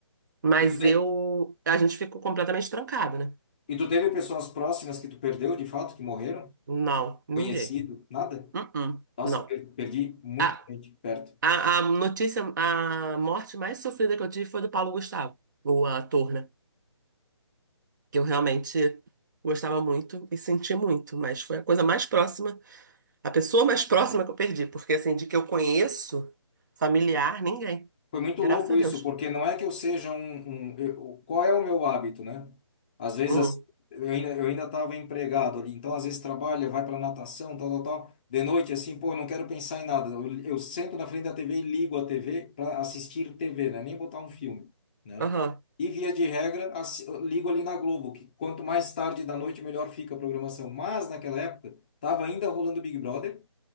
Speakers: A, on the right; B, on the left.
A: Mas
B: e tu, te-
A: eu. A gente ficou completamente trancado, né?
B: e tu teve pessoas próximas que tu perdeu, de fato, que morreram?
A: Não, ninguém.
B: Conhecido? Nada?
A: Uh-uh,
B: Nossa,
A: não.
B: per- perdi muita
A: A,
B: gente perto.
A: a, a notícia, a morte mais sofrida que eu tive foi do Paulo Gustavo, o ator, né? Que eu realmente gostava muito e senti muito, mas foi a coisa mais próxima, a pessoa mais próxima que eu perdi, porque assim, de que eu conheço, familiar, ninguém.
B: Foi muito
A: Graças
B: louco
A: a
B: isso,
A: Deus.
B: porque não é que eu seja um, um- eu- qual é o meu hábito, né? Às vezes
A: Hum,
B: assim, eu ainda eu ainda estava empregado ali, então às vezes trabalha, vai para natação, tal, tal, tal. De noite assim, pô, eu não quero pensar em nada. Eu, eu sento na frente da TV e ligo a TV para assistir TV, né? Nem botar um filme, né?
A: aham,
B: E via de regra, assi- eu ligo ali na Globo, que quanto mais tarde da noite melhor fica a programação. Mas naquela época estava ainda rolando Big Brother.